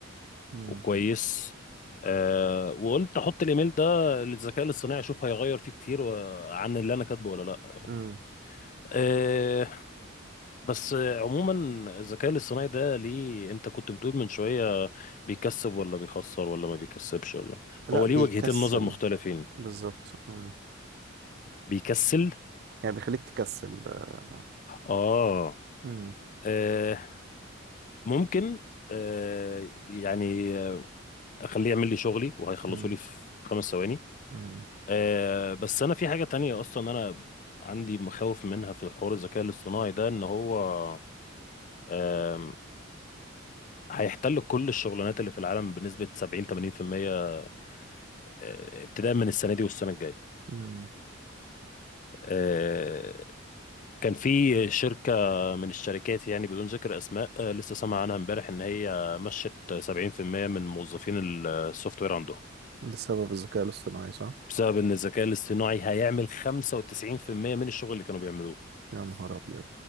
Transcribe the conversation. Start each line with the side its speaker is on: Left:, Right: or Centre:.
Right: امم
Left: وكويس آه وقلت احط الايميل ده للذكاء الاصطناعي اشوف هيغير فيه كتير و- عن اللي انا كاتبه ولا لا
Right: امم
Left: آه بس عموما الذكاء الاصطناعي ده ليه انت كنت بتقول من شوية بيكسب ولا بيخسر ولا ما بيكسبش ولا
Right: لا
Left: هو
Right: بيكسل
Left: ليه وجهتين نظر مختلفين
Right: بالظبط امم
Left: بيكسل
Right: يعني بيخليك تكسل آه،
Left: اه,
Right: امم
Left: آه ممكن آه يعني اخليه يعمل لي شغلي وهيخلصه
Right: امم
Left: لي في خمس ثواني
Right: امم
Left: آه بس انا في حاجة تانية اصلا انا عندي مخاوف منها في حوار الذكاء الاصطناعي ده ان هو آم، هيحتل كل الشغلانات اللي في العالم بنسبة 70 80% آه، ابتداء من السنة دي والسنة الجاية
Right: امم
Left: آه، كان في شركة من الشركات يعني بدون ذكر اسماء آه، لسه سامع عنها امبارح ان هي مشت 70% من موظفين السوفت وير عندهم
Right: بسبب الذكاء الاصطناعي صح؟
Left: بسبب ان الذكاء الاصطناعي هيعمل 95% من الشغل اللي كانوا بيعملوه
Right: يا نهار ابيض